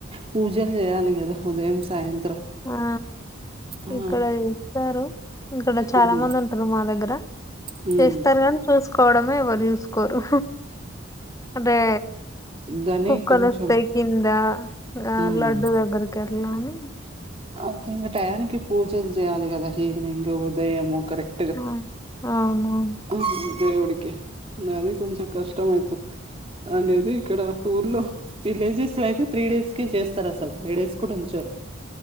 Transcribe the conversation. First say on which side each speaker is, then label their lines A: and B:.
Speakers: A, on the right (about 30°); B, on the left (about 15°).
A: పూజలు చేయాలి కదా ఉదయం సాయంత్రం
B: ఆ
A: ఆ!
B: ఇక్కడ చేస్తారు ఇక్కడ
A: హ్మ్.
B: చాలా మంది ఉంటరు మా దగ్గర
A: హ్మ్.
B: చేస్తరు గన్ చూసుకోవడమే ఎవ్వరు చూసుకోరు అదే
A: దాన్ని
B: కుక్కలొస్తయ్
A: కొంచెం
B: కింద ఆ
A: హ్మ్.
B: లడ్డు దగ్గరిక్ గట్లాని
A: అ ఒకే ఇంగ టయానికి పూజలు చేయాలి కదా ఈవినింగ్ ఉదయము కరెక్
B: అవున్ అవునువును
A: హ్ దేవుడికి అది కొంచెం కష్టం అయితద్ అనేసి ఇక్కడ ఊర్లో విలేజెస్ లయితే త్రీ డేస్ కి చేస్తరసలు, ఫైవ్ డేస్ కూడ ఉంచరు